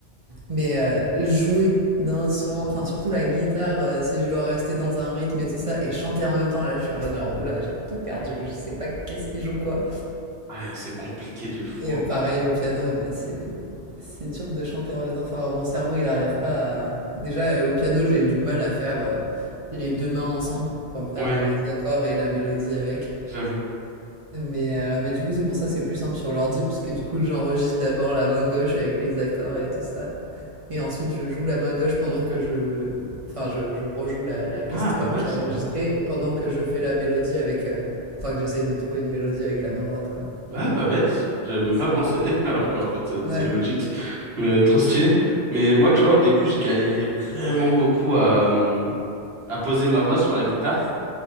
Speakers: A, on the right; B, on the right.
A: Mais euh, jouer d'un instrument, enfin, surtout la guitare, euh, si je dois rester dans un rythme et tout ça, et chanter en même temps, là, je suis en mode genre, oula, j'ai tout perdu, je sais pas qu'est-ce qui joue quoi.
B: Ouais, c'est compliqué de fou.
A: Et euh,
B: hein.
A: pareil au piano, euh, c'est c'est dur de chanter en même temps. Enfin, mon cerveau, il n'arrive pas à. Déjà, euh, au piano, j'ai du mal à faire euh, les deux mains ensemble, enfin faire
B: Ouais,
A: les accords et la mélodie avec.
B: j'avoue.
A: Mais, euh, mais du coup, c'est pour ça que c'est plus simple sur l'ordi, puisque du coup, j'enregistre d'abord la main gauche avec les accords et tout ça. Et ensuite, je joue la main gauche pendant que je... Enfin, je, je rejoue la, la piste,
B: Ah bah
A: quoi,
B: ouais,
A: qui
B: c'est
A: est enregistrée,
B: vrai.
A: pendant que je fais la mélodie avec... euh, Enfin, que j'essaye de trouver une mélodie avec la main droite, quoi.
B: Bah pas bête. J'avais même
A: C'est
B: pas pensé,
A: un peu
B: <laughs>
A: plus
B: alors
A: simple.
B: qu'en fait euh,
A: Ouais.
B: c'est logique, mais trop stylé. Mais moi, tu vois, au début, je galérais vraiment beaucoup à hum, à poser ma voix sur la guitare